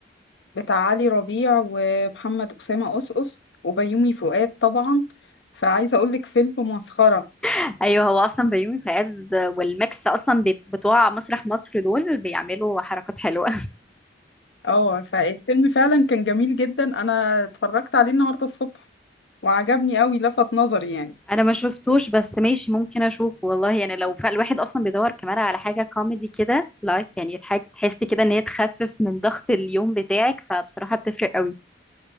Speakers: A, on the left; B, in the centre.
A: بتاع علي ربيع ومحمد اسامه قصقص وبيومي فؤاد طبعا فعايزه اقول لك فيلم مسخره
B: <laughs> ايوه هو اصلا بيومي فؤاد والماكس اصلا بت- بتوع مسرح مصر دول بيعملوا حركات حلوه
A: اه فالفيلم فعلا كان جميل جدا انا اتفرجت عليه النهارده الصبح وعجبني قوي لفت نظري يعني
B: انا ما شفتوش بس ماشي ممكن اشوفه والله يعني لو فالواحد اصلا بيدور كمان على حاجه كوميدي كده لايت يعني الحاجه تحس كده ان هي تخفف من ضغط اليوم بتاعك فبصراحه بتفرق قوي